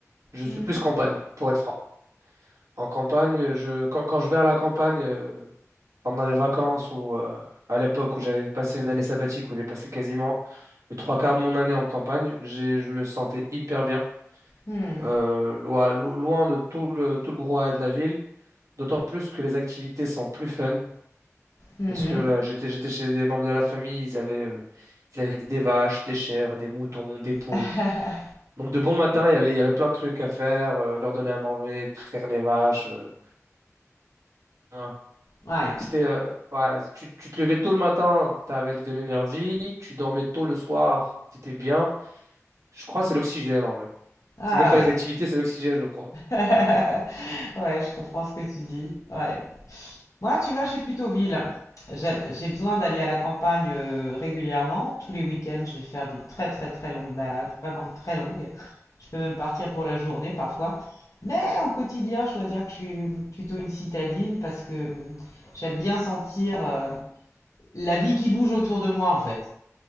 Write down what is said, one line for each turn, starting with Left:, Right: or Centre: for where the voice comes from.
Right: je
Left: Mhm.
Right: suis plus campagne, pour être franc. En campagne, je, quand, quand je vais à la campagne, euh, pendant les vacances ou euh, à l'époque où j'avais passé une année sabbatique, où j'ai passé quasiment le trois quarts de mon année en campagne, j'ai, je me sentais hyper bien,
Left: Hmm,
Right: euh, loi- lo- loin de tout le, tout le brouhaha de la ville, d'autant plus que les activités sont plus fun,
Left: mhm.
Right: parce que là, j'étais, j'étais chez des membres de la famille, ils avaient, euh, ils avaient des vaches, des chèvres, des moutons, des poules.
Left: <laughs>
Right: Donc de bon matin, il y avait, il y avait plein de trucs à faire, euh, leur donner à manger, traire les vaches. euh, hein.
Left: Ouais.
Right: C'était, euh, ouais, tu, tu te levais tôt le matin, tu avais de l'énergie, tu dormais tôt le soir, tu étais bien. Je crois que c'est l'oxygène en vrai.
Left: Ah
Right: C'est même pas
Left: ouais.
Right: les activités, c'est l'oxygène, je crois.
Left: <laughs> Ouais, je comprends ce que tu dis. Ouais. Moi, tu vois, je suis plutôt ville. J'aime- J'ai besoin d'aller à la campagne euh, régulièrement. Tous les week-ends, je vais faire des très très très longues balades, vraiment très longues. Je peux même partir pour la journée parfois. Mais au quotidien, je dois dire que je suis plutôt une citadine parce que hum, j'aime bien sentir euh, la vie qui bouge autour de moi en fait.